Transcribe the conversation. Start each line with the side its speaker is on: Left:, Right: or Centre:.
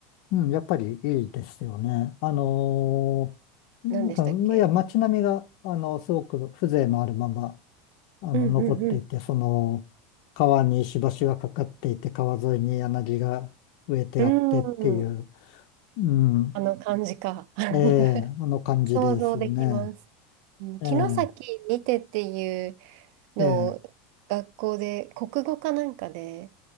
Left: うん、やっぱりいいですよね。あのーやっぱいや、
Right: 何でしたっけ
Left: 街並みが、あの、すごく風情のあるまま、あの、
Right: うんうん
Left: 残っていて、その、川に石橋がかかっていて、川沿いに柳が植えてあってっていう、
Right: うん。うーん。
Left: うん、
Right: あの感じか。<laughs>
Left: ええあの感じですね。
Right: 想像できます。うん城崎にてっていう
Left: ええ
Right: の学校で国語かなんかで
Left: ええ